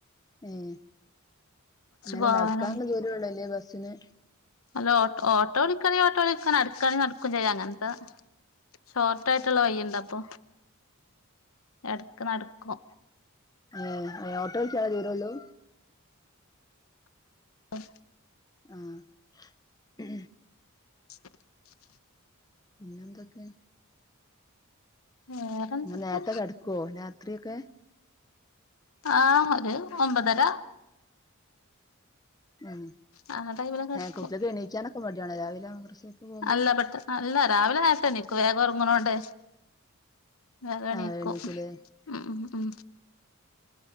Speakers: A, on the left; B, on the left.
A: ഉം ഇങ്ങനെ
B: പോവാനും
A: നടക്കാന്നദൂരോള്ളു അല്ലേ ബസ്സിന്
B: അല്ല ഓട്ടോ ഓട്ടോ വിളിക്കണെ ഓട്ടോ വിളിക്കണ അടുക്കാണെ നടക്കും ചെയ്യാന അങ്ങനത്ത ഷോർട്ടായിട്ടുള്ള വയ്യേണ്ടാ അപ്പൊ എടുക്ക് നടക്കോ
A: മ് ഒ <unintelligible> ചാടിയതുള്ളൂ.
B: ഓ
A: ആഹ്
B: <inaudible>
A: പിന്നെ എന്തൊക്കെയ.
B: വേറെന്തൊക്കെ
A: അ നേരത്തെ കെടക്കുവോ രാത്രിക്കെ
B: ആഹ് ഒരു ഒമ്പതര.
A: ഉം
B: ആ ടൈമിലൊക്കെ എടുക്കും
A: കുട്ടികക്ക് എണീക്കാനൊക്കെ മടിയാണോ രാവിലെ മദ്രസേക്ക് പോകുമ്പോ
B: അല്ല പെട്ട അല്ല രാവിലെ ആയച്ച നക്ക് വേഗം ഉറങ്ങണോണ്ടേ വെഗണിക്കും.
A: ആഹ് എണീക്കൂലേ
B: ഉ